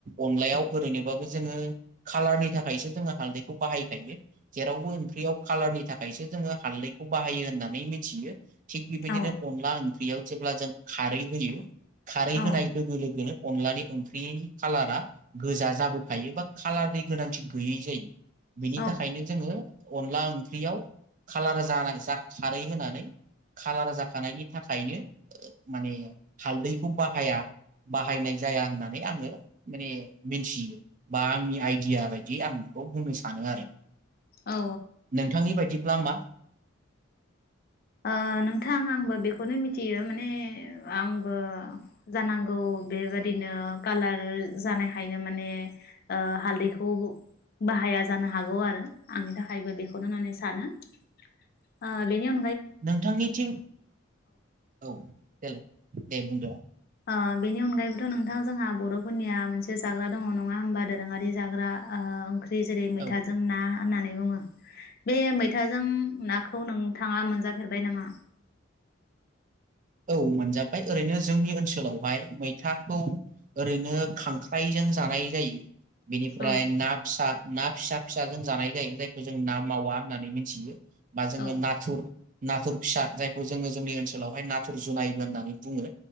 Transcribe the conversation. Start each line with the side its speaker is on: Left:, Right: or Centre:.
Right: अनलायाव ओरैनोबाबो जोङो खाालारनि थाखायसो जोङो हालदैखौ बाहायखायो। जेरावबो ओंख्रियाव कालारनि थाखायसो जोङो हानदैखौ बाहायो होननानै मिथियो। थिग बेबायदिनो
Left: औ
Right: अनला ओंख्रियाव जेब्ला जों खारै होयो खारै
Left: औ
Right: होनाय लोगो लोगोनो अनलानि ओंख्रिनि खाालारा गोजा जाबोखायो बा कालारनि गोनांथि गैयै जायो। बिनि
Left: औ
Right: थाखायनो आङो अनला ओंख्रियाव खाालार जानाय खारै होनानै खाालार जाखानायनि थाखायनो माने हालदैखौ बाहाया बाहायनाय जाया होननानै आङो माने मिथियो बा आंनि आइडिया बायदि आं बेखौ बुंनो सानो आरो
Left: औ
Right: नोंथांनि बायदिब्ला मा
Left: ओ नोंथां आंबो बेखौनो मिथियो माने आंबो जानांगौ बेबादिनो कालार जानायखायनो माने हालदैखौ बाहाया जानो हागौ आरो आंनि थाखायबो बेखौनो होननानै सानो ओ बेनि अन
Right: नोंथांनिथिं औ देलाय दे बुंदो
Left: ओ बेनि अनगायैबोथ' नोंथां जोंहा बर'फोरनिया मोनसे जाग्रा दङ नङा होमबा दोरोङारि जाग्रा ओ ओंख्रि ओंख्रि जेरै मैथाजों
Right: औ
Left: ना होननानै बुङो बे मै थाजों नाखौ नों थाङा मोनजाफेरबाय नामा
Right: औ मोनजाबाय ओरैनो जोंनि ओनसोलावहाय मैथाखौ ओरैनो खांख्राइजों जानाय जायो बिनिफ्राय
Left: औ
Right: ना फिसा ना फिसा फिसा जों जानाय जायो जायखौ जों ना मावा होननानै मिथियो बा जोङो
Left: औ
Right: नाथुर नाथुर फिसा जायखौ जोङो जोंनि ओनसोलावहाय ना थुर जुनायबो होननानै बुङो